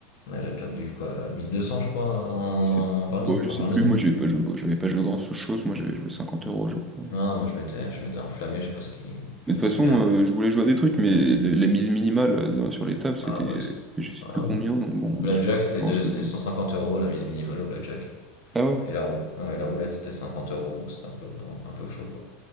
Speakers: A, on the left; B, on the right.
A: Ouais, j'avais perdu, quoi, 1200, je crois, en,
B: Je sais,
A: en 20, min-
B: moi, je
A: en
B: sais
A: 20
B: plus,
A: minutes.
B: moi j'avais pas joué, bon, j'avais pas joué grand so-, chose, moi j'avais joué 50 euros, je crois.
A: Ah, moi, je m'étais, je m'étais enflammé, je sais pas ce qui, je
B: Mais
A: sais
B: de
A: pas
B: toute
A: ce
B: façon,
A: qui m'est arrivé.
B: euh, je voulais jouer à des trucs, mais les- la mise minimale euh, dans- sur les tables, c'était
A: Ah, bah,
B: c'était je sais
A: Ah,
B: plus combien, donc bon,
A: Blackjack,
B: j'ai
A: c'était
B: pas grand-chose.
A: de- c'était
B: ouais.
A: 150 euros la mise minimale au Blackjack.
B: Ah ouais?
A: Et la roulette, ouais, la roulette c'était 50 euros, donc c'était un peu, un, un peu chaud quoi.